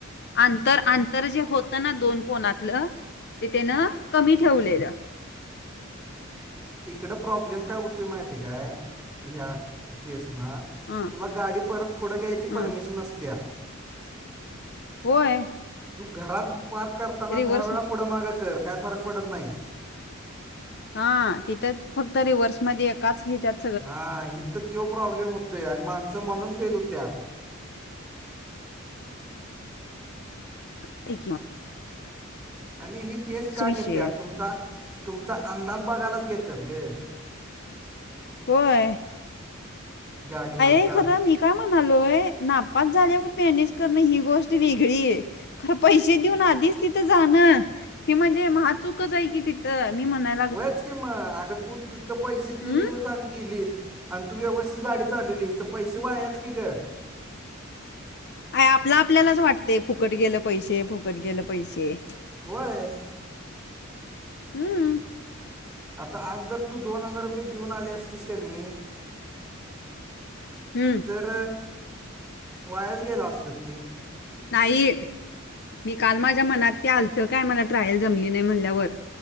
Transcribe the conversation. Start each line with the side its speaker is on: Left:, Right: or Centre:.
Left: आंतर आंतर जे होत त ना दोन कोणातलं ते त्यानं कमी ठेवलेलं.
Centre: इकड प्रॉब्लेम काय होतो माहिती काय ह्या टेसना
Left: ह
Centre: तुला गाडी परत पुढं घ्यायची
Left: ह
Centre: परमिशन नसत्या.
Left: होय.
Centre: तू घरात पार्क करताना
Left: रिव्हर्स
Centre: दहा वेळा पुढं मागे कर काय फरक पडत नाही.
Left: हा तिथं फक्त रिव्हर्स मध्ये एकाच हेच्यात
Centre: हा हित तो प्रॉब्लेम होतोय आणि माणसं म्हणून फेल होत्यात.
Left: ते किवा <unintelligible>
Centre: आणि ही टेस्ट का
Left: विषय
Centre: घेत्यात
Left: आहे
Centre: तुमचा तुमचा अंदाज बघायलाच घेत्यात इ.
Left: होय.
Centre: गाडीवरचा
Left: अरे खरं मी काय म्हणालोय नापास झाल्यावर मॅनेज करणं ही गोष्ट वेगळी आहे. खर पैसे देऊन आधीच तिथं जाणं हे म्हणजे महा चुकच आहे की तिथ. तर मी म्हणा
Centre: होयच कि मग अग तू तिथं पैसे दिलीऊस
Left: हम्
Centre: आणि गेलीस. आणि तू व्यवस्थित गाडी चालवलेलीस तर पैसे वायाच की ग.
Left: काय आपला आपल्यालाच वाटते फुकट गेलं पैसे फुकट गेलं पैसे.
Centre: होय.
Left: हम्म
Centre: आता आज जर तू दोन हजार रुपये देऊन आले असतीस का नाही
Left: हम्म.
Centre: तर वायाच गेला असतं ते.
Left: नाही मी काल माझ्या मनात ते आलतं काय मला ट्रायल जमली नाही म्हणल्यावर.